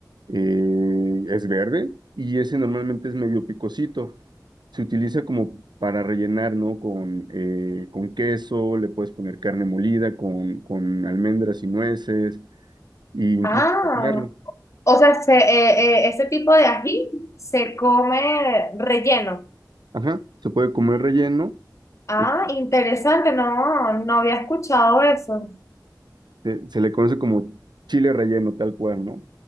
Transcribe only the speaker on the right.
eh, es verde y ese normalmente es medio picosito. Se utiliza como para rellenar, ¿no? Con, eh, con queso, le puedes poner carne molida, con, con almendras y nueces, e incluso
caviar.
Ajá, se puede comer relleno,
eh,
se, se le conoce como chile relleno, tal cual, ¿no?